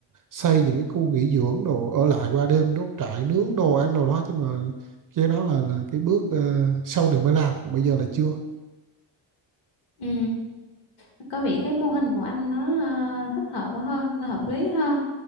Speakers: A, on the right; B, on the left.
A: xây những cái khu nghỉ dưỡng đồ ở lại qua đêm đốt trại nướng đồ ăn đồ đó chứ mà cái đó là là cái bước ờ, sau này mới làm còn bây giờ là chưa
B: Ừ, ừ. Có vẻ cái mô hình của anh nó ờ, thích hợp quá ha, nó hợp lý ha.